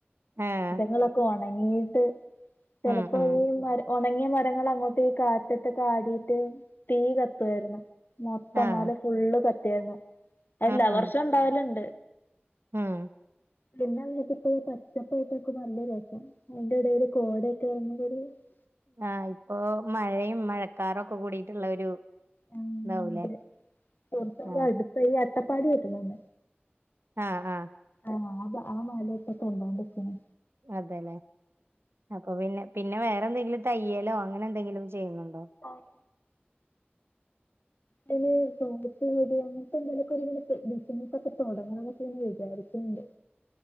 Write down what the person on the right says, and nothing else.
ആഹ്
ഉം ഉം
ആഹ്
ഉം ഉം
ഉം
ആ ഇപ്പോ മഴയും മഴക്കാറൊക്കെ കൂടിട്ടുള്ള ഒരു
ഇതാവൂലേ
ആഹ്
ആഹ് ആഹ്
അതെല്ലേ അപ്പൊ പിന്നെ പിന്നെ വേറെ എന്തെങ്കിലും തയ്യലോ അങ്ങനെ എന്തെങ്കിലും ചെയ്യുന്നുണ്ടോ